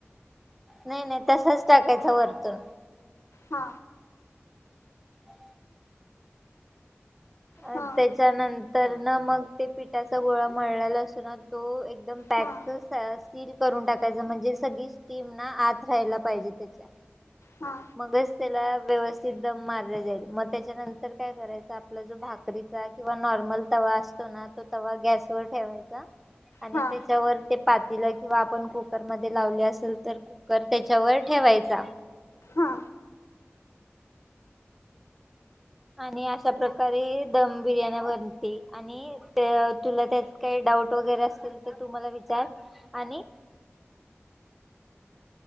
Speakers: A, in the centre; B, on the left (about 80°).
A: नाही नाही तसच टाकायचं वरतून
B: हा
A: <inaudible> अ
B: हा
A: त्याच्यानंतर ना मग ते पिठाचा गोळा मळलेला असतो ना तो एक दम पॅक
B: हा
A: सिल करून टाकायच म्हणजे सगळीच टीम ना आत राहायला पाहिजे त्याच्या
B: हा
A: मगचं तेला व्यवस्थित दम मारला जाईल मग त्याच्यानंतर काय करायच आपला जो भाकरीचा किंवा नॉर्मल तवा असतो ना तो तवा गॅस वर ठेवायचा. आणि
B: हा
A: त्याच्यावर ते पातील किंवा आपण कुकरमध्ये लावले असेल तर कुकर तेच्यावर ठेवायचा
B: हा
A: आणि अशा प्रकारे दम बिर्याणी बनते आणि तुला त्यात काही डाऊट वगैरे असतील तर तु मला विचार आणि